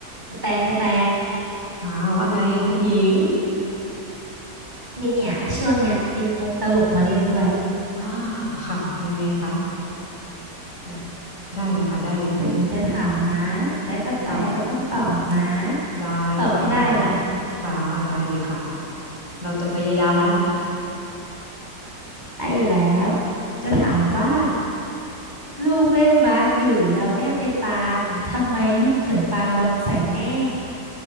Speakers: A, on the right; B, on the left.
A: กระแตกระแต
B: อ่าว่าไงคุณหญิง
A: เนี่ยช่วงเนี้ยมีมุกตลกมาเล่นด้วย
B: อ่าค่ะยังไงคะได้ได้เลยค่ะได้เลยค่ะ
A: เดี๋ยวหญิงจะถามนะและกระแตก็ต้องตอบนะ
B: ค่ะได้ค่ะคุณหญิง
A: ตอบให้ได้ล่ะ
B: ค่ะได้เลยค่ะเราจะพยายามนะ
A: ได้อยู่แล้วจะถามว่าลูกเล่นบาสอยู่แล้วแม่ไปตามทำไมลูกถึงปาบอลใส่แม่